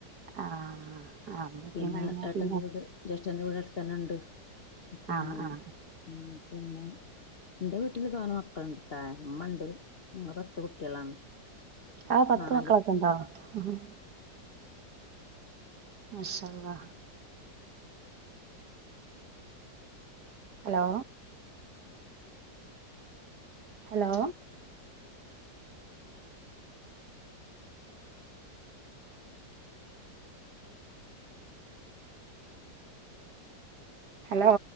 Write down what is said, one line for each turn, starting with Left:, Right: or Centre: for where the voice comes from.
Right: ആ ആ ഇമ്മീം ഇപ്പീം
Left: പിന്നെ
Right: കഴിഞ്ഞാ
Left: ഏട്ടൻ്റെ
Right: പിന്നെ
Left: വീട്, ജേഷ്ഠൻ്റെ വീട് അടുത്തന്നെ ഉണ്ട്. പിന്നെ
Right: ആ ആ
Left: ഉം പിന്നെ എന്റെ വീട്ടില് തോന മക്കളുണ്ട്ട്ടാ, മ്മണ്ട്, ഞങ്ങള് പത്ത് കുട്ടികളാണ്.
Right: ആ പത്ത്
Left: നാല്
Right: മക്കളൊക്കെ ഉണ്ടോ? ഹുംഹും മാഷള്ളാ ഹലോ ഹലോ ഹലോ